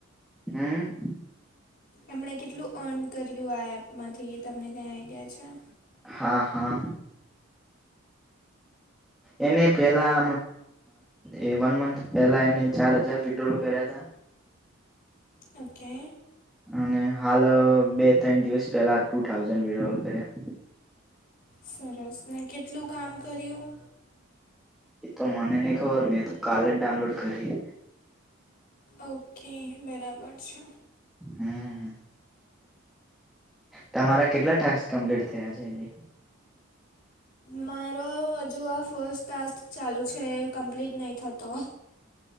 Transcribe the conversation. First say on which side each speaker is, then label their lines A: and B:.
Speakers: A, in the centre; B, on the left.
A: હમ
B: એમણે કેટલું અર્ન કર્યું આ એપમાંથી તમને કઈ આઈડિયા છે
A: હા હા એને પેલા એ વન મંથ પહેલા એને ચાર હજાર વિડ્રોલ કર્યા હતા
B: ઓકે
A: અને હાલ બે ત્રણ દિવસ પેલા ટુ થાઉઝન્ડ વિડ્રોલ કર્યા
B: સરસ ને કેટલું કામ કર્યું
A: એ તો મને નહી ખબર મેં તો કાલ જ ડાઉનલોડ કરી
B: ઓકે બરાબર છે
A: હમ તમારા કેટલા ટાસ્ક કમ્પ્લીટ થયા છે અજી
B: મારો હજુ આ ફસ્ટ ટાસ્ક ચાલુ છે એ કમ્પ્લીટ નહી થતો